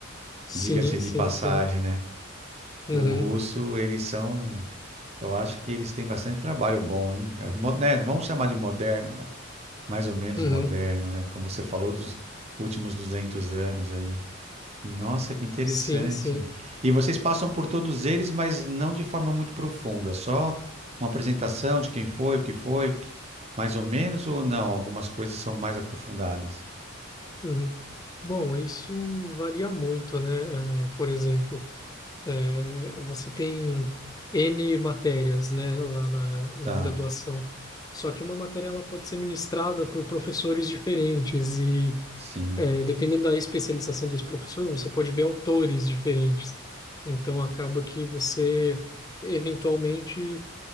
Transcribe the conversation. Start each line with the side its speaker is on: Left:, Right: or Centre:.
Left: Sim,
Right: Diga-se de
Left: sim,
Right: passagem,
Left: sim.
Right: né?
Left: Uhum,
Right: O russo, eles são, eu acho que eles têm bastante trabalho bom, hein? É mo- né, vamos chamar de moderno, né? Mais ou menos
Left: uhum.
Right: moderno, né? Como você falou dos últimos 200 anos aí. E nossa, que interessante.
Left: Sim, sim.
Right: E vocês passam por todos eles, mas não de forma muito profunda, só uma apresentação de quem foi, o que foi, que- mais ou menos, ou não? Algumas coisas são mais aprofundadas.
Left: Uhum. Bom, isso varia muito, né? É, por exemplo. É, você tem N matérias, né, lá na, na
Right: Tá,
Left: graduação. Só que uma matéria ela pode ser ministrada por professores diferentes e
Right: sim.
Left: é, dependendo da especialização desse professor, você pode ver autores diferentes. Então acaba que você eventualmente